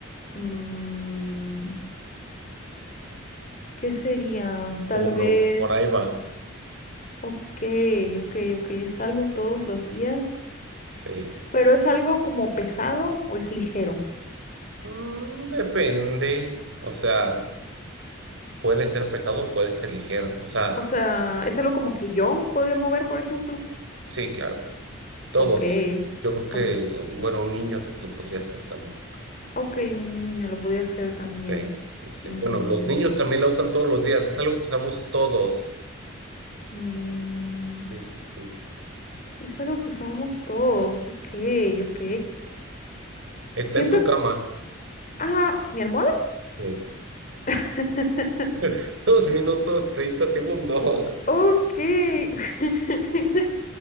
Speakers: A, on the left (about 35°); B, on the right (about 65°).
A: Mm, ¿qué sería? Tal
B: o no,
A: vez,
B: por ahí va.
A: ok, ok, ok, es algo todos los días,
B: Sí.
A: pero es algo como pesado o es ligero.
B: Mm, depende, o sea, puede ser pesado, puede ser ligero, o sea,
A: O sea, es algo como que yo podía mover, por ejemplo.
B: sí, claro, todos.
A: Ok,
B: Yo creo que,
A: o-
B: bueno, un niño lo podría hacer también.
A: ok, un niño lo podía hacer también.
B: Sí, sí, sí.
A: Mm,
B: Bueno, los niños también la usan todos los días, es algo que usamos todos.
A: mm,
B: Sí, sí, sí.
A: Esa lo usamos todos. Ok, ok.
B: Está
A: Siento.
B: en tu cama.
A: Ah, ¿mi almohada?
B: Sí.
A: <laughs>
B: <laughs> Dos minutos, treinta segundos.
A: Ok. <laughs>